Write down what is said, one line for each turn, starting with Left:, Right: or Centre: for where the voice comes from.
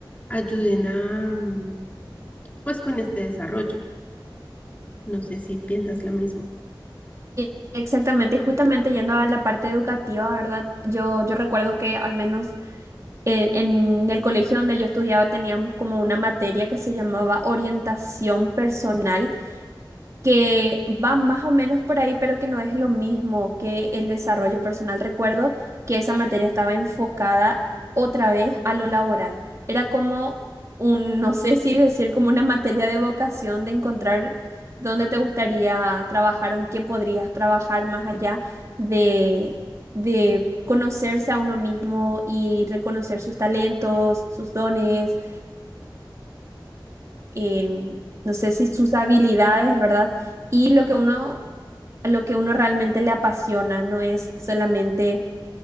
Left: ayuden a, mm, pues, con este desarrollo. No sé si piensas lo mismo.
Right: Y- Exactamente, y justamente yendo a la parte educativa, ¿verdad? Yo, yo recuerdo que al menos en, en el colegio donde yo estudiaba teníamos como una materia que se llamaba orientación personal que va más o menos por ahí, pero que no es lo mismo que el desarrollo personal. Recuerdo que esa materia estaba enfocada otra vez a lo laboral. Era como un, no sé si decir, como una materia de vocación, de encontrar dónde te gustaría trabajar o en qué podrías trabajar más allá de, de conocerse a uno mismo y reconocer sus talentos, sus dones, em, no sé si sus habilidades, ¿verdad? Y lo que uno, lo que uno realmente le apasiona, no es solamente